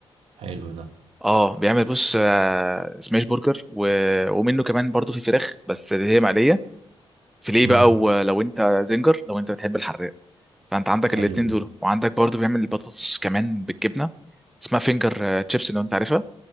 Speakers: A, on the right; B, in the centre.
A: حلو ده
B: اه بيعمل بص آه، سماش برجر و... ومنه كمان برضو في فراخ بس اللي هي مقليه فيليه
A: امم
B: بقى ولو انت زنجر لو انت بتحب الحراق فانت عندك
A: حلو
B: الاتنين دول وعندك برضو بيعمل البطاطس كمان بالجبنه اسمها فينجر آه، تشيبس لو انت عارفها